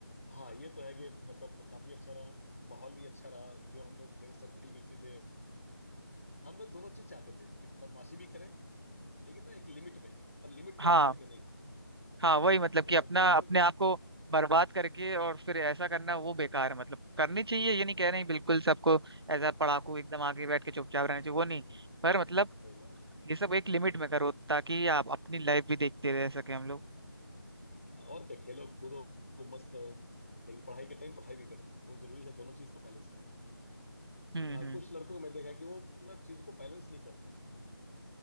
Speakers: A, on the left; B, on the right.
A: हाँ ये तो है कि मतलब काफी अच्छा रहा माहौल भी अच्छा रहा जो हम लोग फ्रेंड सर्किल भी थे हम लोग दोनों चीज चाहते थे कि बदमाशी भी करें लेकिन ना एक लिमिट में और लिमिट क्रॉस
B: हाँ
A: करके नहीं
B: हाँ वही मतलब
A: हाँ जैसे
B: कि अपना
A: टीचर
B: अपने आप को बर्बाद करके और फिर ऐसा करना वो बेकार है मतलब करनी चाहिए ये नहीं कह रहे
A: हाँ
B: हैं बिल्कुल सबको ऐसा पढ़ाकू एकदम आगे बैठ के चुपचाप रहना चाहिए वो नहीं पर मतलब
A: सही बात
B: ये सब एक लिमिट में करो ताकि आप अपनी लाइफ भी देखते रह सके हम लोग
A: और क्या खेलो कूदो मस्त रहो लेकिन पढ़ाई के टाइम पढ़ाई भी करो वो जरूरी है दोनों चीज को बैलेंस करना
B: हम्म
A: लेकिन हाँ
B: हम्म
A: कुछ लड़कों को मैं देखा है कि वो मतलब चीज को बैलेंस नहीं कर पाते